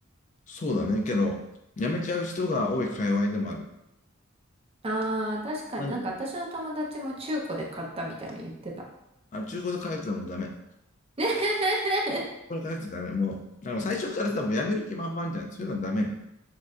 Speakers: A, on the left; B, on the right.
A: そうだね。けど、やめちゃう人が多い界隈でもある。
B: ああ、確かになんか私の友達も中古で買ったみたいな言ってた。
A: 何をあ、中古で買うやつはもうダメ。
B: <laughs>
A: これ買うやつダメ。もう、あの最初からさ、もうやめる気満々じゃん。そういうのはダメよ。